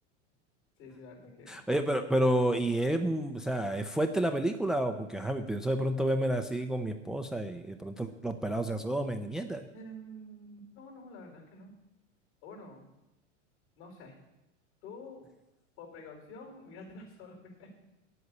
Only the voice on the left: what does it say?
Sí, sí, la verdad que...
em, no, no, la verdad es que no. O Bueno, no sé. Tú, por precaución, míratela solo <laughs> primero.